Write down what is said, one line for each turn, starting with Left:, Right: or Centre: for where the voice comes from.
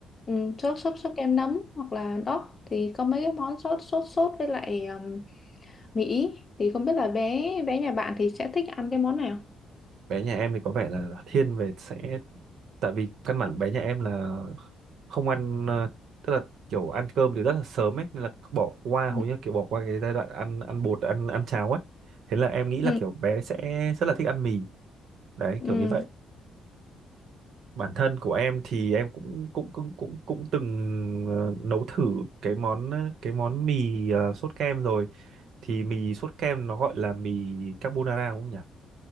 Left: ừ, sốt sốt sốt kem nấm hoặc là đó thì có mấy cái món sốt sốt sốt với lại um, mì ý thì không biết là bé bé nhà bạn thì sẽ thích ăn cái món nào
Right: bé nhà em thì có vẻ là thiên về sẽ tại vì căn bản bé nhà em là không ăn ờ, tức là kiểu ăn cơm thì rất là sớm ấy nên là bỏ qua
Left: ừ.
Right: hầu như kiểu bỏ qua cái giai đoạn ăn ăn bột ăn ăn cháo ấy thế là em nghĩ
Left: ừ.
Right: là kiểu bé sẽ rất là thích ăn mì đấy
Left: ừ.
Right: kiểu như vậy bản thân của em thì em cũng cũng cũng cũng cũng từng ờ, nấu thử cái món ờ, cái món mì ờ, sốt kem rồi thì mì sốt kem nó gọi là mì carbonara đúng không nhỉ